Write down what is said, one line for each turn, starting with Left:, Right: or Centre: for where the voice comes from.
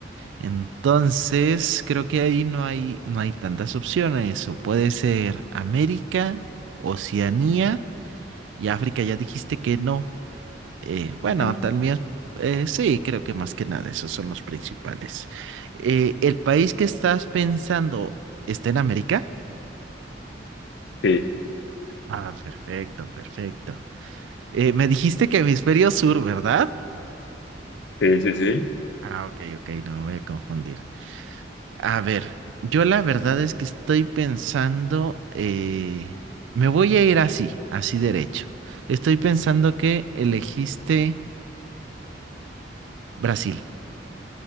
Right: Entonces, creo que ahí no hay, no hay tantas opciones. O puede ser América, Oceanía. Y África, ya dijiste que no. Eh, bueno,
Left: Ujú.
Right: también, eh, sí, creo que más que nada esos son los principales. Eh, ¿el país que estás pensando está en América?
Left: Sí,
Right: Ah, perfecto, perfecto. Eh, me dijiste que hemisferio sur, ¿verdad?
Left: sí, sí, sí.
Right: Ah, ok, ok, no me voy a confundir. A ver, yo la verdad es que estoy pensando, eh, me voy a ir así, así derecho. Estoy pensando que elegiste Brasil.